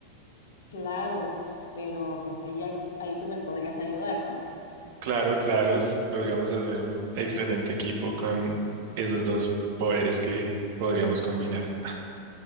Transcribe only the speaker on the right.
Claro, claro, s- podríamos hacer un excelente equipo con esos dos poderes que podríamos combinar.